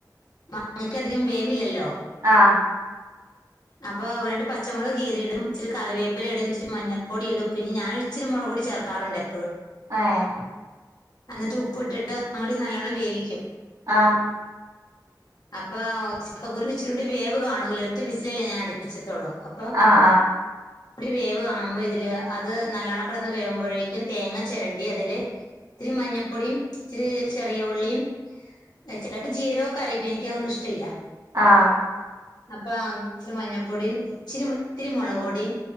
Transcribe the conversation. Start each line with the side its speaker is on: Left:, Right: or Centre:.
Left: മാങ്ങക്ക് അധികം വേവില്ലല്ലോ?
Right: ആഹ്
Left: അപ്പൊ രണ്ട് പച്ചമുളക് കീറിയിടും ഇച്ചിരി കറിവേപ്പില ഇടും ഇച്ചിരി മഞ്ഞൾപ്പൊടി ഇടും പിന്നെ ഞാനൊര്ച്ച് ഇച്ചിരി മൊളകുപൊടി ചേർക്കാറുണ്ട് എപ്പഴും
Right: ഏഹ്
Left: അന്നട്ട് ഉപ്പിട്ടിട്ട് ഒന്നും കൂടി നല്ലോണം വേവിക്കും
Right: ആഹ്
Left: അപ്പൊ ചക്കകുരുവിന് ഇച്ചിരൂടി വേവ് കാണൂലോ ഒറ്റ വിസിലല്ലേ ഞാൻ അടിപ്പിച്ച്റ്റുള്ളൂ അപ്പം
Right: ആഹ്
Left: ഒരു വേവ് കാണുമ്പ ഇതില് അത് നല്ലണം കെടന്ന് വേവുമ്പഴേക്കും തേങ്ങ ചെരണ്ടി അതില് ഇത്തിരി മഞ്ഞപ്പൊടിം ഇച്ചിരി ചെറിയ ഉള്ളിയും ചെറിയ ജീരകൊക്കെ അരയ്ക്കും എനിക്കതൊന്നും ഇഷ്ട്ടയില്ലാ
Right: ആഹ്
Left: അപ്പാം ഇച്ചിരി മഞ്ഞപ്പൊടിയും ഇച്ചിരി ഇത്തിരി മുളക് പൊടിം